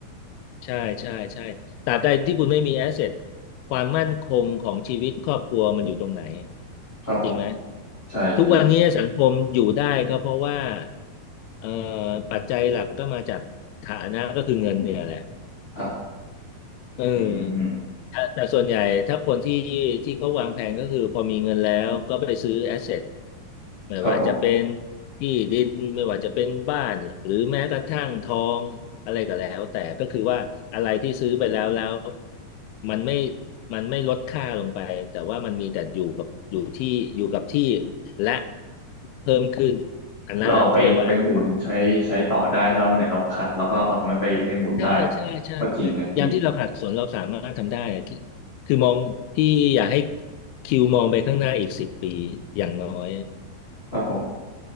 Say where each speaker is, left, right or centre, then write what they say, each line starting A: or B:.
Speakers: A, on the left; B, on the left.
A: ใช่ใช่ใช่ตราบใดที่คุณไม่มีแอสเซทความมั่นคงของชีวิตครอบครัวมันอยู่ตรงไหน
B: ครับผม
A: จริงไหม
B: ใช่พี่
A: ทุกวันนี้สังคมอยู่ได้ก็เพราะว่าเอ่อปัจจัยหลักก็มาจากฐานะก็คือเงินเนี่ยแหละ
B: ครับ
A: เออ
B: อืม
A: แต่แต่ส่วนใหญ่ถ้าคนที่ที่เขาวางแผนก็คือพอมีเงินแล้วก็ไปซื้อแอสเซทไม่ว่าจะเป็น
B: ครับผม
A: ที่ดินไม่ว่าจะเป็นบ้านหรือแม้กระทั่งทองอะไรก็แล้วแต่ก็คือว่าอะไรที่ซื้อไปแล้วแล้วมันไม่มันไม่ลดค่าลงไปแต่ว่ามันมีแต่อยู่กับอยู่ที่อยู่กับที่และเพิ่มขึ้นอันนั้นอ่ะเขาเรียกว่า
B: เราเอาไปเอาไปหมุนใช้ใช้ต่อได้ถ้าวันไหนเราขัดเราก็เอาตรงนั้นไปไปหมุนได้
A: ใช่ใช่ใช่ใช่ยามที่เราขัดสนเราสามารถทำได้อะที่คือมองที่อยากให้
B: ก็จริงนะพี่
A: คิวมองไปข้างหน้าอีกสิบปีอย่างน้อย
B: ครับผม